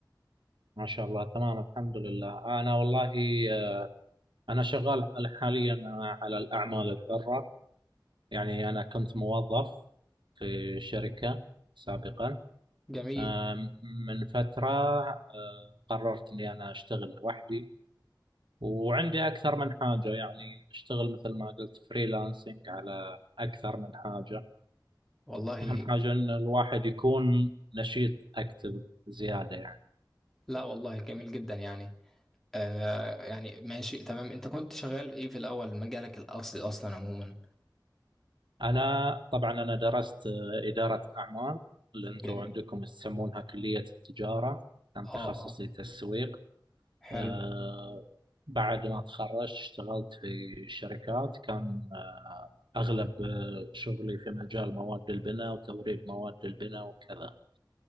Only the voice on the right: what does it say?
ما شاء الله تمام الحمد لله أنا والله آه، أنا شغال حاليا على الأعمال الحرة يعني أنا كنت موظف في شركة سابقا
آه، من فترة آه، قررت أني أنا أشتغل لوحدي وعندي أكثر من حاجة يعني أشتغل مثل ما قلت فريلانسنج على أكثر من حاجة
أهم حاجة إن الواحد يكون نشيط أكتف زيادة يعني
أنا طبعا أنا درست آه، إدارة أعمال اللي أنتوا
عندكم يسمونها كلية التجارة كان
تخصصي
تسويق
آه، بعد ما تخرجت اشتغلت في شركات كان آه، أغلب آه، شغلي في مجال مواد البناء وتوريد مواد البناء وكذا